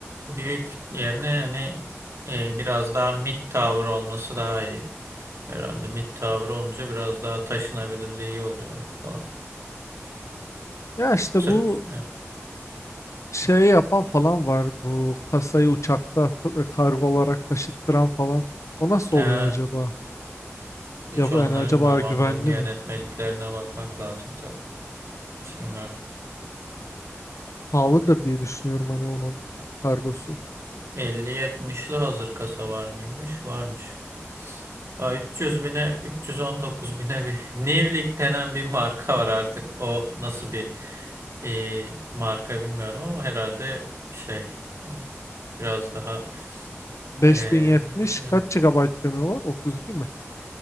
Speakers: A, on the right; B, on the left.
A: büyük yerine hani e, biraz daha mid tower olması daha iyi. Herhalde mid tower olunca biraz daha taşınabilirliği oluyor falan.
B: ya işte
A: Sırt
B: bu şey yapan falan var bu kasayı uçakta t- kargo olarak taşıttıran falan. O nasıl
A: evet.
B: oluyor acaba?
A: Hiç
B: Ya
A: onları
B: yani acaba
A: bilmiyorum. Onların
B: güvenli
A: yönetmeliklerine
B: mi?
A: bakmak lazım tabii. Hiç bilmiyorum.
B: Pahalıdır diye düşünüyorum hani onun kargosu.
A: Elli yetmişli hazır kasa var mıymış? Varmış. Aa, 300 bine, 319 bine bir <laughs> Nivlik denen bir marka var artık. O nasıl bir e, marka bilmiyorum ama herhalde şey öyle biraz daha
B: 5070
A: e, evet.
B: kaç GB RAM'i var? 32 mi?